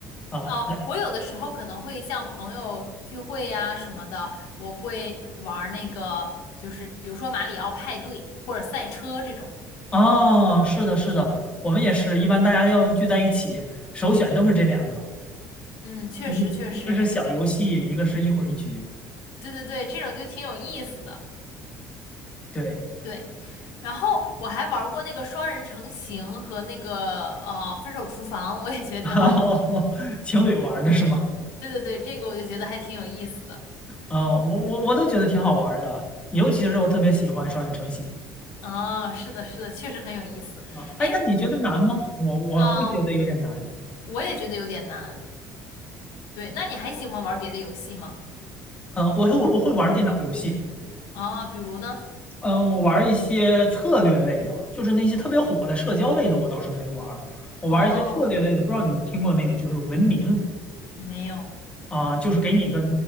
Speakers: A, on the left; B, on the left.
A: 啊。
B: 哦，我有的时候可能会像朋友聚会呀、什么的，我会玩儿那个，就是比如说马里奥派对或者赛车这种。
A: 哦，是的，是的，我们也是一般大家要是聚在一起，首选都是这两个，
B: 嗯，确实确实，
A: 一个一个是小游戏，
B: 就
A: 一个是一会儿一局。
B: 对对对，这种就挺有意思的。
A: 对，
B: 对，然后我还玩过那个双人成行和那个呃分手厨房，我也觉得挺好玩。
A: <laughs> 情侣玩儿的是吗？
B: 对对对，这个我就觉得还挺有意思的。
A: 嗯，我我我都觉得挺好玩儿的，尤其是我特别喜欢双人成行
B: 啊，是的，是的，确实很有意思。
A: 啊。哎，
B: 哎，
A: 但你觉得难吗？我我会觉得有点难。
B: 那嗯、我也觉得有点难。对，那你还喜欢玩别的游戏吗？
A: 嗯、我会我会玩儿电脑游戏，
B: 啊，比如呢？
A: 嗯、我玩儿一些策略类的，就是那些特别火的社交类的，我倒是没玩儿。我玩儿一些策略类的，
B: 哦，
A: 不知道你听过没有？就是文明
B: 没有。
A: 啊、就是给你一个